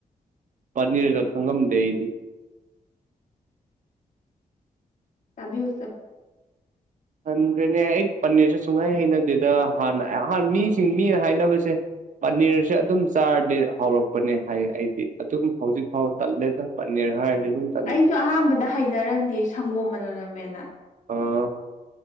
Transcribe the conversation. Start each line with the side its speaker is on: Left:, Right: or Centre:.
Right: ꯄꯅꯤꯔꯒ ꯈꯪꯉꯝꯗꯦ ꯑꯩꯗꯤ
Left: ꯁ ꯁꯌ
Right: ꯄꯟꯈ꯭ꯔꯦꯅꯦ ꯑꯩꯗꯤ ꯄꯟꯅꯦꯁꯨ ꯁꯨꯡꯍꯥꯏ ꯍꯩꯅꯗꯦꯗ ꯍꯥꯟꯅ ꯑꯍꯥꯟ ꯃꯤꯁꯤꯡ ꯃꯤꯅ ꯍꯥꯏꯅꯕꯁꯦ ꯄꯅꯤꯔꯁꯦ ꯑꯗꯨꯝ ꯆꯥꯔꯗꯤ ꯍꯧꯔꯛꯄꯅꯦ ꯍꯥꯏꯌꯦ ꯑꯩꯗꯤ ꯑꯗꯨꯝ ꯍꯧꯖꯤꯛ ꯐꯥꯎ ꯆꯠꯂꯦꯗ ꯅꯅꯤꯔꯍꯥ ꯍꯥꯏ
Left: ꯑꯩꯁꯨ ꯑꯍꯥꯟꯕꯗ ꯍꯩꯅꯔꯝꯗꯦ ꯁꯪꯒꯣꯝ ꯃꯅꯅꯃꯦꯅ
Right: ꯑ